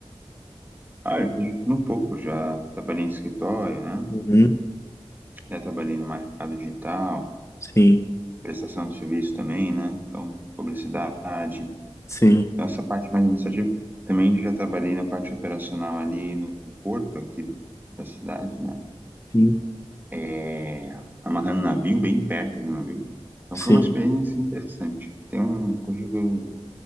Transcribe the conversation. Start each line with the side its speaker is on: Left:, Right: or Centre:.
Right: Ah, eu fiz de tudo um pouco, já trabalhei em escritório, né?
Left: Uhum.
Right: Já trabalhei no mercado digital,
Left: Sim,
Right: prestação de serviço também, né? Então, publicidade.
Left: sim,
Right: Então, essa parte mais administrativa. Também já trabalhei na parte operacional ali no porto, aqui da cidade, né?
Left: sim,
Right: é, amarrando navio, bem perto do navio. Então
Left: sim,
Right: foi uma experiência interessante. Tem um currículo